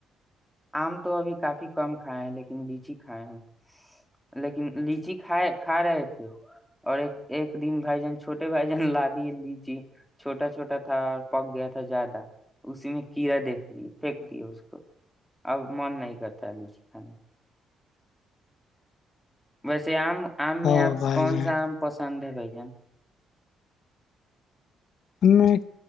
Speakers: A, in the centre; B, on the left.
A: آم تو ابھی کافی کم کھائے ہیں لیکن لیچی کھائے ہیں لیکن لیچی کھائے کھا رہے تھے اور ایک ایک دن بھائی جان چھوٹے بھائی جان لا دیے لیچی چھوٹا چھوٹا تھا اور پک گیا تھا زیادہ اسی میں کیڑا دیکھ لیے پھینک دیے اس کو اب من نہیں کرتا ال جی کانے ویسے آم آم
B: او
A: میں آپ
B: بھائی
A: کون
B: جان
A: سا آم پسند ہے بھائی م
B: ہمیں